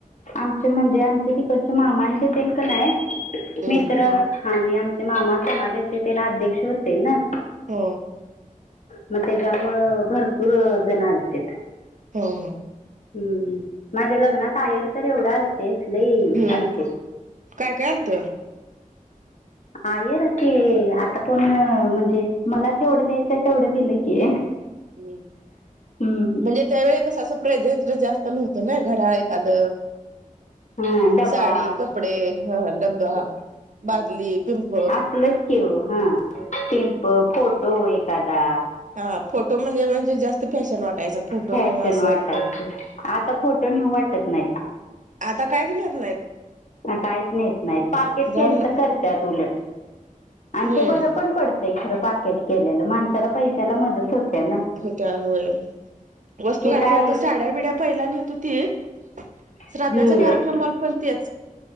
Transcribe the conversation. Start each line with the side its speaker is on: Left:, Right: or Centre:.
Left: आमचे म्हणजे आमच्या तिकडचे मामांचे तेनक नाय
Right: हम्म.
Left: मित्र, आणि आमच्या मामा समाजाचे तेन अध्यक्ष होते ना.
Right: हम.
Left: म त्याच्यामूळ भरपूर अ जण आलतेत.
Right: हो हुं.
Left: हम्म, माझ्या लग्नात आयेर तर एवढं आलते लई
Right: हम्म.
Left: आलते.
Right: काय काय आलत?
Left: आयेर ते, आता पण म्हणजे मला जेवढं द्यायचंय तेवढं दिलं की.
Right: हम्
Left: हम्म
Right: म्हणजे त्यावेळी कस असं प्रेझेंट जास्त नव्हतं ना घड्याळ <unintelligible> द
Left: हा डबा
Right: साडी, कपडे, ह डगगा. बादली, पिंप.
Left: आसलच की वो हां पिंप फोटो एकादा
Right: हा फोटो म्हणजे म्हणजे जास्त फॅशन वाटायचा फोटो
Left: फॅशन
Right: किंवा असं
Left: वाटायचं आता फोटो न्हीऊ वाट त नाहीत.
Right: आता कायच नेत नाहीत
Left: काहीच नेत नाही. पाकिट
Right: जाण
Left: केलंत करत्यात उलट.
Right: हम्म
Left: आनं ते बरं पण पडतंय खरं पाकेट केलेलं माणसाला पैशाला मदत होते ना.
Right: होत्या होय वस्तू
Left: हे
Right: <unintelligible> गणी
Left: काय
Right: आता साड्या बिड्या पहिल्या घेत होती.
Left: हम्म
Right: श्राद्धाच्या कार्यक्रमाला पण तेच,